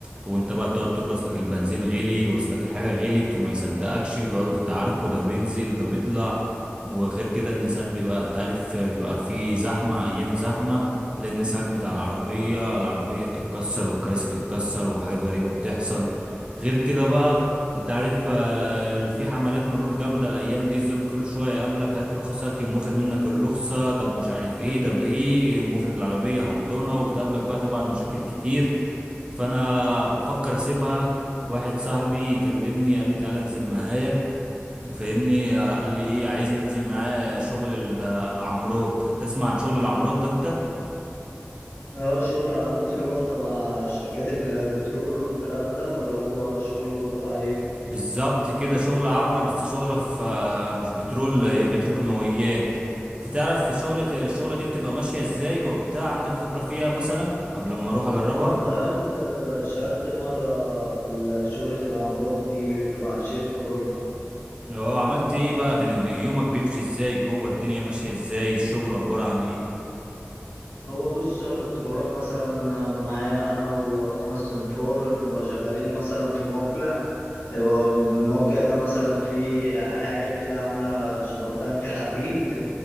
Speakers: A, on the right; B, on the left.
A: وانت بقى تقعد تقول له اصلك البنزين غلي واصلك الحاجه غلت وما يصدقكش وتقعدوا تتعاركوا ده بينزل ده بيطلع وغير كده ان ساعات بيبقى انت عارف بيبقى في زحمه ايام زحمه تلاقي الناس هجمت على العربيه العربيه بتتكسر والكراسي تتكسر وحاجات غريبه بتحصل غير كده بقى انت عارف آه، في حملات مرور جامدة الأيام دي الظابط كل شوية يقابلك هات رخصك يقوم واخد منك الرخصة ده مش عارف ايه ده بإيه يقوم واخد العربية حضنة وبتقابلك بقى طبعا مشاكل كتير فأنا بفكر أسيبها واحد صاحبي كلمني قال لي تعالى انزل معايا فاهمني آه، قال لي ايه عايزني انزل معاه شغل العمروت تسمع عن شغل العمروت ده انت
B: اه شغل الأمارات اللي هو تبع شركات البترول والكلام ده ولا هو شغله تبع ايه؟
A: بالظبط كده شغلة عمرة بس شغلة في مش بترول هي بتروكيماويات انت تعرف في شغلة الشغلة دي بتبقى ماشية ازاي وبتاع عندك خبرة فيها مثلا قبل ما اروح اجربها
B: أنا اشتغلت اشتغلت مرة في ال- شغلة العمارات دي تبع شركة برضو
A: اه عملت ايه بقى كان ال- يومك بيمشي ازاي جوه الدنيا ماشية ازاي الشغل عبارة عن ايه
B: هو بص كنت بروح مثلا معايا أنا وخمس سنفار بنبقى شغالين مثلا في موقع الموقع ده مثلا فيه حاجة كده عاملة شبه تانك حديد